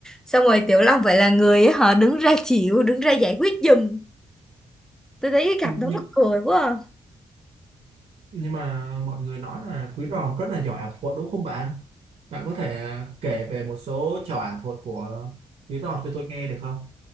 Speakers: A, in the centre; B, on the right.
A: xong rồi tiểu long phải là người họ đứng ra chịu đứng ra giải quyết giùm tôi thấy cái
B: luôn
A: cặp đó mắc cười quá à,
B: Nhưng mà mọi người nói là Quý Ròm rất là giỏi ảo thuật đúng không bạn? Bạn có thể à, kể về một số trò ảo thuật của Quý Ròm cho tôi nghe được không?